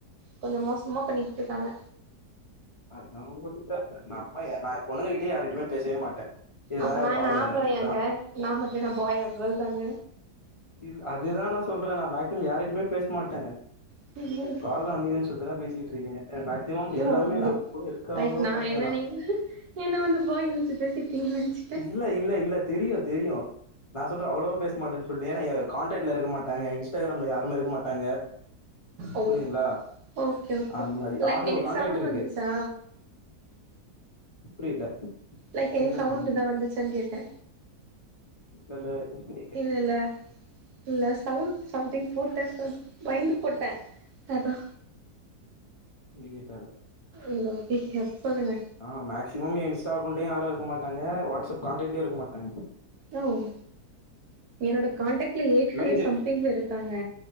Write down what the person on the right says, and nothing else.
கொஞ்சோ மோசமா பண்ணிக்ட்ருக்காங்க
அப்போ நா
என்ன ஆம்பளயாங்க
நா மட்டு என்ன பாயா கேள்தாங்க
<inaudible>
ஓ
அப்டி
லைக் நா
என்ன
நீங்க என்ன வந்து பாய்ன் நெனச்சு பேசிட்ருக்கீங்கன் நெனச்சிட்டே
ஓ
ஓகே ஓகே
லைக்
எனி
சவுண்ட் வந்துச்சா
லைக் எனி
சவுண்ட்
தா வந்துச்சான்னு கேட்டே
இல்ல இல்ல இல்ல சவுண்ட் சம்திங் போட்ட ச பயந்து புட்ட அதா
ல்ல ஓகே கட்பண்ணுங்க
ம் என்னோட காண்டக்ட்ல
எயிட் ஹண்ட்ரட்
சம்திங் இருக் காங்க